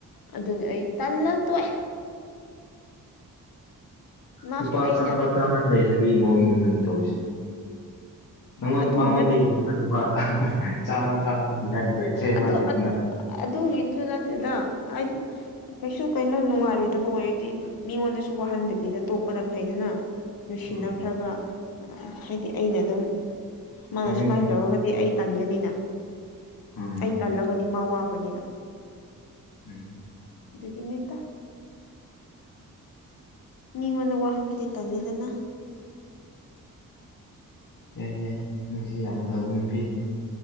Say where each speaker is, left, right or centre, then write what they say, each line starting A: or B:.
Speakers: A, on the left; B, on the left.
A: ꯑꯗꯨꯗꯤ ꯑꯩ ꯇꯜꯂ ꯇꯣꯛꯑꯦ ꯃꯥꯁꯨ
B: ꯅꯨꯄꯥ
A: ꯑꯩꯅ
B: ꯆꯥꯝꯃ ꯆꯥꯝꯃ ꯂꯩ ꯍꯥꯏꯕꯒꯤ ꯃꯧꯑꯣꯡꯅꯤ ꯅꯪ ꯇꯧꯔꯤꯁꯦ ꯅꯉꯣꯟ
A: ꯑꯗꯨꯒꯤ
B: ꯃꯉꯣꯟꯗ
A: ꯅꯠꯇꯦ
B: ꯂꯨꯄꯥ ꯆꯥꯃ ꯆꯥꯝꯃꯅꯤ ꯍꯥꯏꯕꯗꯣ ꯏꯁꯩ ꯑꯃ
A: ꯑꯗꯨ
B: ꯂꯩ ꯗꯅ
A: ꯑꯗꯨꯒꯤꯁꯨ ꯅꯠꯇꯦꯗ ꯍꯥꯏ ꯀꯩꯁꯨ ꯀꯩꯅꯣ ꯅꯨꯡꯉꯥꯏꯔꯣꯏꯗꯕ ꯑꯣꯏꯔꯗꯤ ꯃꯤꯉꯣꯟꯗꯁꯨ ꯋꯥꯍꯟꯗꯕꯤꯗ ꯇꯣꯛꯄꯅ ꯐꯩꯗꯅ ꯅꯨꯡꯁꯤꯅꯈ꯭ꯔꯒ
B: ꯎꯝ
A: ꯎ ꯍꯥꯏꯗꯤ ꯑꯩꯅ ꯑꯗꯨꯝ ꯃꯥꯅ
B: ꯆꯨꯝꯃꯦ
A: ꯁꯨꯃꯥꯏꯅ
B: ꯆꯨꯝꯃꯦ
A: ꯇꯧꯔꯒꯗꯤ ꯑꯩ ꯇꯟꯒꯅꯤꯅ
B: ꯎꯝ
A: ꯑꯩ ꯇꯜꯂꯒꯗꯤ ꯃꯥ ꯋꯥꯒꯅꯤꯅ
B: ꯎꯝ
A: ꯑꯗꯨꯒꯤꯅꯤꯗ ꯃꯤꯉꯣꯟꯗ ꯋꯥꯍꯟꯕꯗꯤ ꯇꯜꯂꯦꯗꯅ <inaudible>
B: ꯌꯥꯏ ꯌꯥꯏ ꯅꯪꯁꯤ ꯌꯥꯝ ꯐꯕ ꯅꯨꯄꯤꯅꯤ